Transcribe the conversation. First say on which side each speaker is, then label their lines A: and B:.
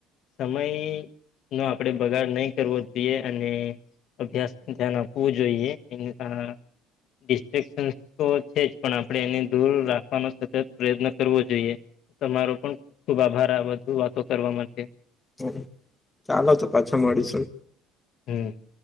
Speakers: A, on the left; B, on the left.
A: સમય નો આપણે બગાડ નહી કરવો જોઈએ અને. અભ્યાસ ધ્યાન આપવું જોઈએ એ ડિસ્ટશ તો. છે જ પણ આપણે એને દૂર રાખવાનો સતત પ્રયત્ન કરવો જોઈએ. તમારો પણબ ખુબ આભાર આ બધું વાતો કરવા માટે.
B: હ ચાલો તો પાછા મળીશું.
A: હમ.